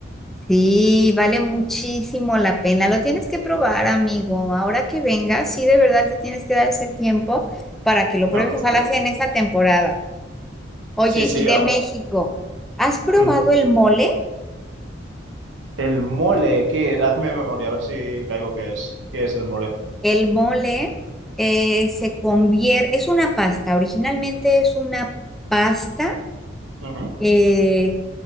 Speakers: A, in the centre; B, on the right (about 80°).
A: sí, vale muchísimo la pena. Lo tienes que probar, amigo. Ahora que vengas, sí, de verdad te tienes que dar ese tiempo para que lo
B: no,
A: pruebes.
B: no,
A: Ojalá
B: seguro.
A: sea en esa temporada. Oye,
B: Sí, sí,
A: y de
B: aún.
A: México, ¿has probado
B: Ujú.
A: el mole?
B: El mole, ¿qué? Hazme memoria, a ver si caigo qué es. ¿Qué es el mole?
A: El mole eh, se convierte, es una pasta, originalmente es una pasta
B: Ujú.
A: eh,